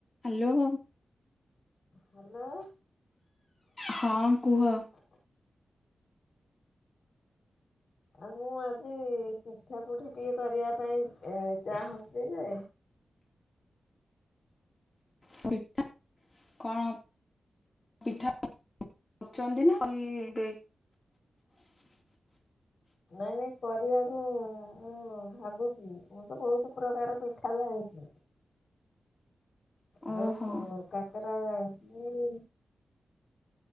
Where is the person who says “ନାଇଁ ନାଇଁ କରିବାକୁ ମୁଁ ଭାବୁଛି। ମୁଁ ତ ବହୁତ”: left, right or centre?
Left